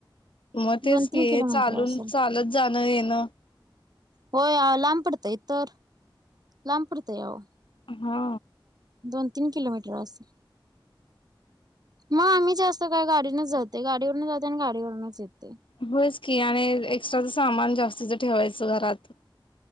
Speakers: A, on the left; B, on the right.
A: मंग तेचं
B: दोन तीन
A: की
B: किलोमीटर
A: चालूंन
B: असेल.
A: चालतं जाणं येणं.
B: होय लांब पडतंय तर लांब पडतंय अहो.
A: हा.
B: दोन तीनं किलोमीटर असंल. मंग आम्हीं जास्तं काय गाडीनच जाते गाडीवरन जाते आणि गाडीवरूनच येतोय.
A: होयच की आणि एक्स्ट्राच सामान जास्तीचं ठेवायचं घरांत